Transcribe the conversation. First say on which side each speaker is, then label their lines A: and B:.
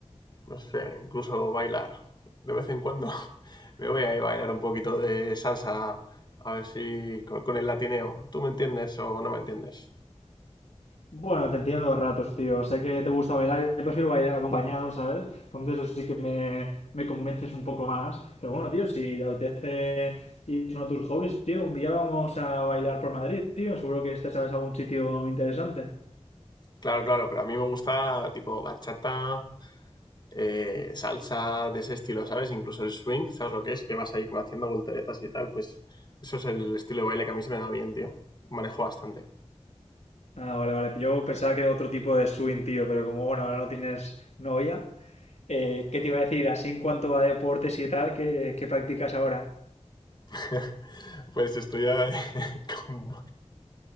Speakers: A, on the left; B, on the left.
A: no sé, incluso bailar. De vez en cuando <laughs> me voy a ir a bailar un poquito de salsa, a ver si con, con el latineo. ¿Tú me entiendes o no me entiendes?
B: Bueno, te entiendo a ratos, tío. Sé que te gusta bailar, yo prefiero bailar acompañado, ¿sabes? Entonces eso sí que me, me convences un poco más. Pero bueno, tío, si te apetece ir a uno de tus hobbies, tío, un día vamos a bailar por Madrid, tío. Seguro que este sabes algún sitio interesante.
A: Claro, claro, pero a mí me gusta tipo bachata, eh, salsa de ese estilo, ¿sabes? Incluso el swing, ¿sabes lo que es? Que vas ahí como haciendo volteretas y tal, pues eso es el estilo de baile que a mí se me da bien, tío. Manejo bastante.
B: Ah, vale, vale. Yo pensaba que era otro tipo de swing, tío, pero como bueno, ahora no tienes novia, eh, ¿qué te iba a decir? Así en cuanto a deportes y tal, ¿qué, qué practicas ahora?
A: <laughs> Pues estoy, a- <laughs> con,